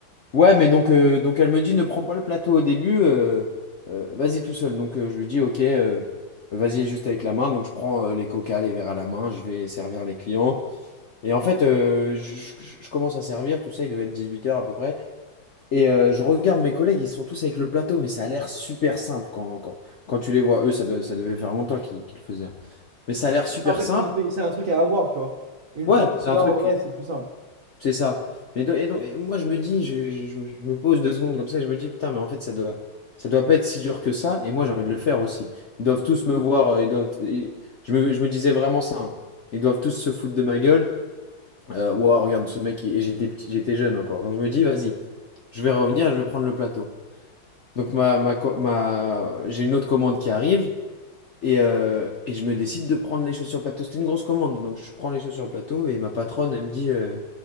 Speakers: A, on the left; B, on the right.
A: Ouais, mais donc, euh, donc elle me dit ne prends pas le plateau au début, euh, euh, vas-y tout seul. Donc euh, je lui dis ok, euh, vas-y juste avec la main. Donc je prends euh, les coca, les verres à la main, je vais servir les clients. Et en fait, euh, je, je- je commence à servir, tout ça, il devait être 18 heures à peu près. Et euh, je regarde mes collègues, ils sont tous avec le plateau, mais ça a l'air super simple quand, quand, quand tu les vois. Eux, ça, doit- ça devait faire longtemps qu'ils qu'ils le faisaient. hein. Mais ça a l'air super
B: En fait,
A: simple.
B: c'est un truc, c'est un truc à avoir, tu vois. Une
A: Ouais,
B: fois que
A: c'est
B: tu
A: un
B: l'as
A: truc
B: en vrai, c'est plus simple.
A: C'est ça. Mais do- et donc- et moi, je me dis, je, je- je me je me pose deux secondes comme ça et je me dis, putain, mais en fait, ça doit, ça doit pas être si dur que ça. Et moi, j'ai envie de le faire aussi. Ils doivent tous me voir. euh, Ils doivent, ils- je me, je me disais vraiment ça. hein. Ils doivent tous se foutre de ma gueule. Euh, Ouah, regarde ce mec. il- Et j'étais petit, j'étais jeune encore. Donc, je me dis, vas-y, je vais revenir et je vais prendre le plateau. Donc, ma, ma, co- ma, j'ai une autre commande qui arrive. Et, euh, et je me décide de prendre les choses sur le plateau. C'était une grosse commande. Donc, je prends les choses sur le plateau et ma patronne, elle me dit. euh,